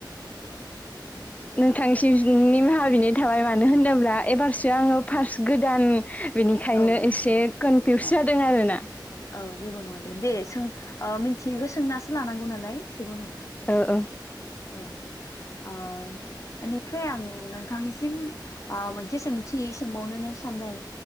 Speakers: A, on the left; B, on the left.
A: नोंथांसि निमाहा बिनाय थाबाय मानो होनोब्ला एबारसो आङो फार्स्ट गोदान बेनिखायनो
B: औ
A: एसे कनफिउस जादों आरो ना।
B: औ जेबो नङा दे। दे सों ओ मिथियैखौ सोंनासो लानांगौ नालाय जेबो नङा।
A: ओ ओ
B: औ आर आनिफ्राय आं नोंथांनिसिम आ मोनसे सोंथि सोंबावनोनो सानदों